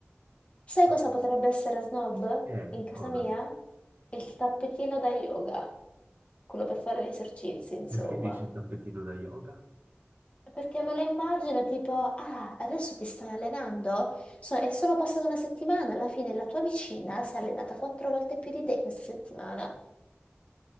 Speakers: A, on the left (about 30°); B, on the right (about 55°).
A: Sai
B: Ma
A: cosa potrebbe essere snob
B: Che
A: in casa
B: cosa?
A: mia? Il tappetino da yoga, quello per fare gli esercizi, insomma.
B: Perché dici il tappetino da yoga?
A: Perché me lo immagino tipo, ah, adesso ti stai allenando? So- è solo passata una settimana, alla fine la tua vicina si è allenata quattro volte più di te questa settimana.